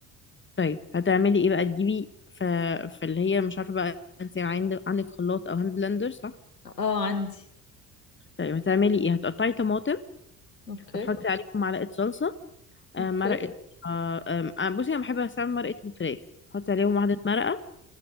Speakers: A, on the left (about 25°); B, on the left (about 85°).
A: طيب هتعملي ايه بقى تجيبي ف... فاللي هي مش عارفه بقى انت عند... عندك خلاط او هاند بلندر صح
B: اه عندي
A: طيب هتعملي ايه هتقطعي طماطم
B: اوكي
A: هتحطي عليهم معلقه صلصه آه،
B: اوكي
A: مرقه آه، آم، آه، بصي انا بحب استعمل مرقه الفراخ تحطي عليهم واحده مرقه